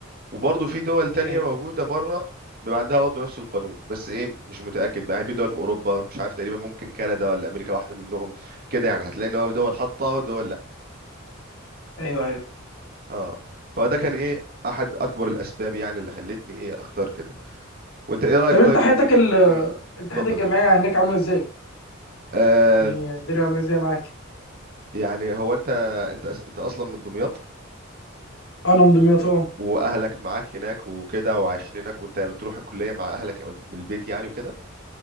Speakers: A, on the right (about 45°); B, on the left (about 85°).
A: وبرضه في دول تانية
B: اوكي
A: موجودة بره بيبقى عندها برضه نفس القانون بس ايه مش متأكد بقى يعني في دول في أوروبا مش عارف تقريبا ممكن كندا ولا أمريكا واحدة منهم كده يعني هتلاقي ان هو في دول حاطة ودول لا
B: ايوه ايوه
A: اه فده كان ايه أحد أكبر الأسباب يعني اللي خلتني ايه أختار كده وأنت ايه رأيك
B: طب انت
A: طيب
B: حياتك ال
A: امم
B: انت
A: اتفضل
B: حياتك الجامعية هناك عاملة ازاي؟
A: آه
B: يعني الدنيا عاملة ازاي معاك؟
A: يعني هو أنت أنت أس- أنت أصلا من دمياط
B: انا من دمياط اه
A: وأهلك معاك هناك وكده وعايشين هناك وأنت بتروح الكلية مع أهلك أو من البيت يعني وكده